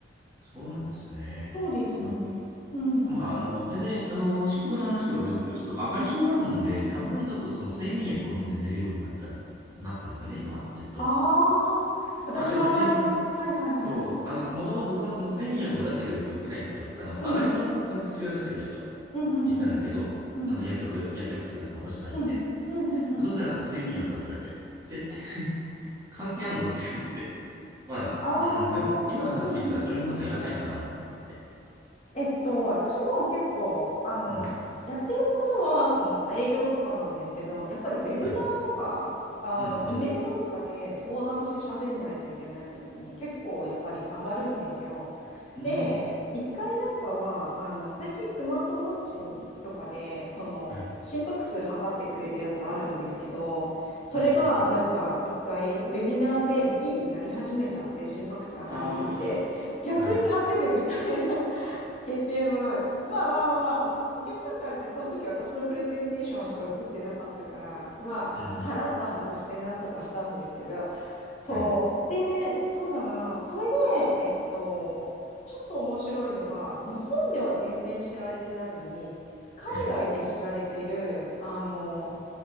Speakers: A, on the right; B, on the left.
A: そうなんですね。
B: そうですね。
A: うん。
B: うん。
A: まあ、あの、全然、あの、深刻な話ではないんですけど、ちょっと上がり症なもんで、たまにちょっとその睡眠薬を飲んで寝るようになった、なってるんですよね、今、実は。
B: ああ、私も上がります。
A: あ、でも別にその、
B: はいはいはい。
A: そう、あの、もともと僕はその睡眠薬を出してくれとは言ってないんですよ。あの、
B: うん、
A: 上がり症のその薬を出してくれと
B: うん、うん、うん、
A: 言ったんですけど、
B: うん、うん、
A: あの、薬局、薬局っていうかそのお医者さん行って。
B: うん、うん、うん、うん。
A: そしたらなんか睡眠薬出されて、えって <laughs> 関係あんのって思ってまあ、
B: ああ、
A: うん、でも、今の話聞いてたら、
B: うん、うん、
A: それもなんかいらないかな、なんて思って。
B: えっと、私も結構、あの、
A: うん。
B: やってることは、その営業とかなんですけど、やっぱりウェビナーとか、
A: はい。
B: あの、
A: うん、
B: イベントとかで登壇して喋んないといけないときに、結構やっぱり上がるんですよ。
A: うん。
B: で、
A: うん。
B: 一回なんかは、あの、最近スマートウォッチとかで、その、
A: はい。
B: 心拍数測ってくれるやつあるんですけど、それがなんか一回ウェビナーでビービーなり始めちゃって心拍数上がりすぎて逆に焦るみたいな
A: うん、うん。ああ、はい。
B: 経験は、まあまあまあまあ、お客さんからしてその時私のプレゼンテーションしか映ってなかったから、まあ、
A: うん、うん。
B: さらっと外してなんとかしたんですけど、そう。
A: はい。
B: で、そうだな。それで、えっと、ちょっと面白いのが、日本では全然知られてないのに、海外で知られてる、
A: はい。
B: あの、